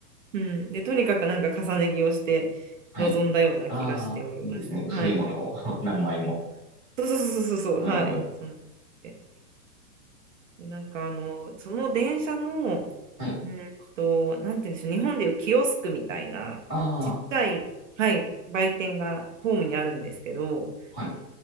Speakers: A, on the right; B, in the centre.
A: うん。で、とにかくなんか重ね着をして臨んだような気がしております。
B: はい。ああ、いいですね。薄いものを
A: はい。
B: <laughs> 何枚も。
A: そうそうそうそうそう、
B: なるほど。
A: はい。そので、でなんかあの、その電車の、
B: はい。
A: うんと、なんて言うんでしょう、日本でいうキオスクみたいな、
B: ああ、
A: ちっちゃい、はい、売店がホームにあるんですけど、
B: はい。